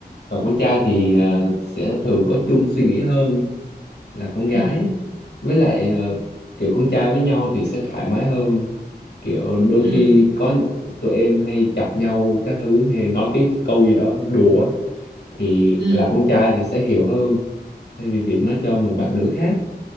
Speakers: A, on the left; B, on the right.
A: và con trai thì ờ,
B: ừ
A: sẽ thường có chung suy nghĩ hơn là con gái
B: ừ
A: với lại ờ, kiểu con trai với nhau thì sẽ thoải mái hơn kiểu đôi
B: ừ
A: khi có tụi em hay chọc nhau các thứ hay nói cái câu gì đó đùa á, thì
B: ừ
A: là con trai thì sẽ hiểu hơn thay vì việc nói cho một bạn nữ khác